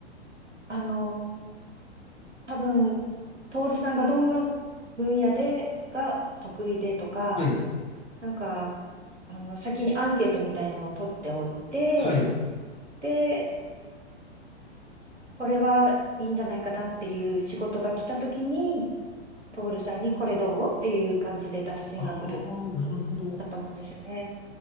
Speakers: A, on the right (about 85°); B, on the left (about 15°).
A: あの、多分、徹さんがどんな分野で、が得意でとか、
B: はい。
A: なんか、あの、先にアンケートみたいのを取っておいて、
B: はい。
A: で、これはいいんじゃないかなっていう仕事が来た時に、徹さんにこれどうっていう感じで打診が来る、
B: ああ、なるほど。
A: だと思うんですよね。